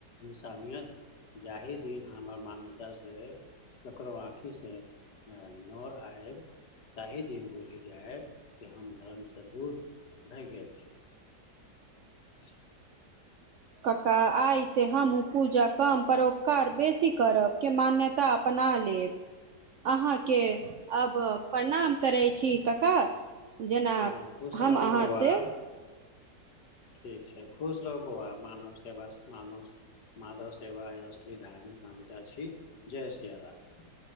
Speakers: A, on the left; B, on the right.
A: इंसानियत जाहि दिन हमर मान्यता से ककरो आं खि से नोर आयब ताहि दिन बुझि जायब कि हम धर्मसँ दूर भए गेल छी। ज <inaudible>
B: कका आइसँ हमहूँ पूजा कम परोपकार बेसी करब के मान्यता त अपना लेब अहाँके अब प्रणाम करै छी कका जेना
A: हँ खुश
B: हम
A: रहू
B: अहाँसँ
A: बौआ ठीक छै खुश रहबौ आ मानव सेबा मानव माधव सेव यसल धार्मिक प्रानता छी जय श्रीह राम।